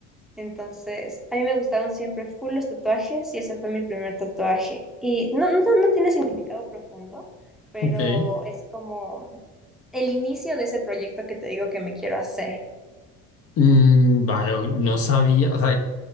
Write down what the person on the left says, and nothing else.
ok.
Mm, vaya, no sabía. O sea,